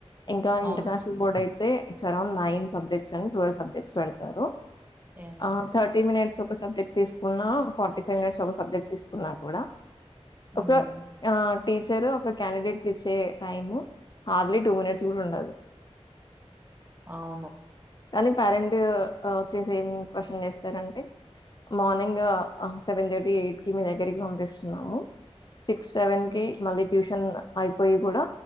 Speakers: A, on the left (about 40°); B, on the right (about 15°).
A: ఇంకా
B: అవును
A: ఇంటర్నేషనల్ బోర్డ్ అయితే it's around nine subjects and twelve subjects పెడతారు
B: ఎస్
A: ఆ థర్టీ మినిట్స్ ఒక సబ్జెక్ట్ తీసుకున్నా ఫార్టీ ఫైవ్ మినిట్స్ ఒక సబ్జెక్ట్ తీసుకున్నా కూడా ఒక
B: మ్మ్
A: ఆ టీచర్ ఒక క్యాండిడేట్ కి ఇచ్చే టైము హార్లీ టూ మినిట్స్ కూడా ఉండదు
B: అవును
A: కానీ పేరెంట్ వచ్చేసి ఏం క్వశ్చన్ చేస్తారంటే మార్నింగ్ సెవెన్ థర్టీ ఎయిట్ కి మీ దగ్గరికి పంపిస్తున్నాము సిక్స్ సెవెన్ కి మళ్ళీ ట్యూషన్ అయిపోయి కూడా